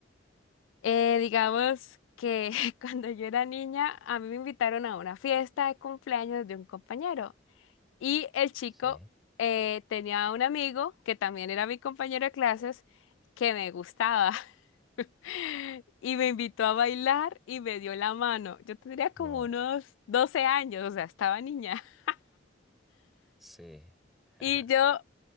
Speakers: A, on the left; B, in the centre.
A: Eh, digamos que <laughs> cuando yo era niña, a mí me invitaron a una fiesta de cumpleaños de un compañero y el chico
B: Sí.
A: eh, tenía un amigo que también era mi compañero de clases que me gustaba <laughs> y me invitó a bailar y me dio la mano. Yo tendría como
B: Wow.
A: unos 12 años, o sea, estaba niña. <laughs>
B: Sí. <laughs>
A: Y
B: Ajá.
A: yo